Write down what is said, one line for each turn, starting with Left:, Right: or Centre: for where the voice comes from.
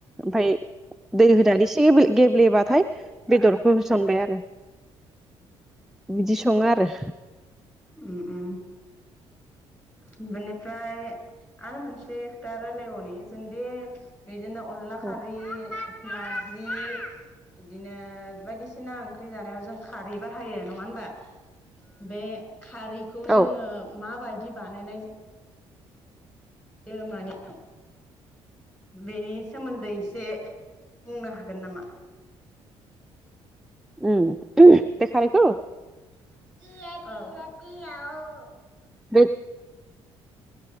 Centre: ओमफ्राय दै होनानै एसे गेब्लेबाथाय बेदरखौ होसनबाय आरो बिदि सङो आरो
Left: उ उ बेनिफ्राय आरो मोनसे खोथा रायलायबावनि जों दे बिदिनो अनला खारै
Centre: औ
Left: नारजि बिदिनो बायदिसिना ओंख्रि जानायाव जों खारै बाहायो नङा हबा बे खारैखौ जोङो
Centre: औ
Left: माबाय दि बा नायनाय बेयो माने बेनि सोमोन्दै एसे बुंनो हागोन नामा?
Centre: उ उ बे खारै खौ
Left: <inaudible>
Centre: बे